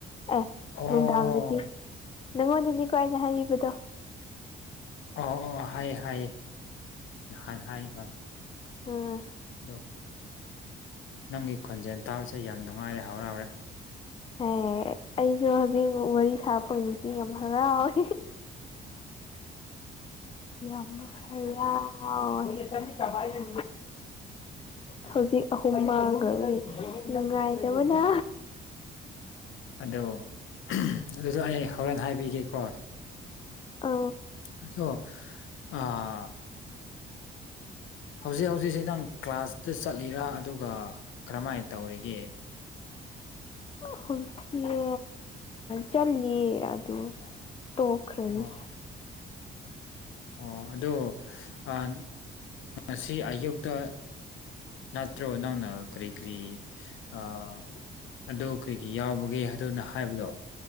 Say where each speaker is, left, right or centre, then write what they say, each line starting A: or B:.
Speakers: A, on the left; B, on the left.
A: ꯑꯦ
B: ꯑꯣ
A: ꯅꯨꯡꯗꯥꯡꯗꯗꯤ ꯅꯪꯉꯣꯟꯗꯅꯤꯀꯣ ꯍꯥꯏꯅ ꯍꯥꯏꯔꯤꯕꯗꯣ
B: ꯑꯣ ꯑꯣ ꯍꯥꯌꯦ ꯍꯥꯌꯦ ꯉꯍꯥꯟ ꯍꯥꯏꯕ
A: ꯎꯝ
B: ꯑꯗꯣ ꯅꯪꯒꯤ ꯈꯣꯟꯖꯦꯜ ꯇꯥꯕꯁꯦ ꯌꯥꯝ ꯅꯨꯡꯉꯥꯏꯔꯦ ꯍꯥꯎꯔꯦ ꯍꯥꯎꯔꯦ
A: ꯑꯦ ꯑꯩꯁꯨ ꯍꯧꯖꯤꯛ ꯋꯥꯔꯤ ꯁꯥꯕꯄꯕꯁꯤ ꯌꯥꯝ ꯍꯔꯥꯎꯋꯦ ꯌꯥꯝ ꯍꯔꯥꯎꯋꯦ ꯍꯧꯖꯤꯛ ꯑꯍꯨꯝ ꯃꯥꯡꯈꯒꯤ ꯅꯨꯡꯉꯥꯏꯗꯕꯅ
B: ꯑꯣ ꯑꯗꯨꯗꯣ ꯑꯩ ꯍꯣꯔꯦꯟ ꯍꯥꯏꯕꯤꯒꯦꯀꯣ
A: ꯑ
B: ꯑꯗꯣ ꯑꯥ ꯍꯧꯖꯤꯛ ꯍꯧꯖꯤꯛꯁꯤ ꯅꯪ ꯀ꯭ꯂꯥꯁꯇ ꯆꯠꯂꯤꯔꯥ ꯑꯗꯨꯒ ꯀꯔꯝꯍꯥꯏꯅ ꯇꯧꯔꯤꯒꯦ
A: ꯍꯧꯖꯤꯛ ꯆꯜꯂꯤꯠ ꯑꯗꯨ ꯇꯣꯛꯈꯔꯅꯤ
B: ꯑꯣ ꯑꯣ ꯑꯗꯨ ꯑꯥ ꯉꯁꯤ ꯑꯌꯨꯛꯇ ꯅꯠꯇ꯭ꯔꯣ ꯅꯪꯅ ꯀꯔꯤ ꯀꯔꯤ ꯑꯥ ꯑꯗꯨ ꯀꯔꯤꯒꯤ ꯌꯥꯎꯕꯒꯦ ꯍꯥꯏꯗꯅ ꯍꯥꯏꯕꯗꯣ